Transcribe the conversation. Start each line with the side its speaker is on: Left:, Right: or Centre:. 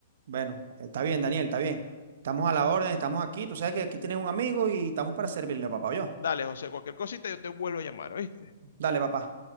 Right: Bueno, está bien, Daniel, está bien. Estamos a la orden, estamos aquí. Tú sabes que aquí tienes un amigo y estamos para servirle, papá, yo.
Left: Dale, José, cualquier cosita yo te vuelvo a llamar, ¿oíste?
Right: Dale, papá.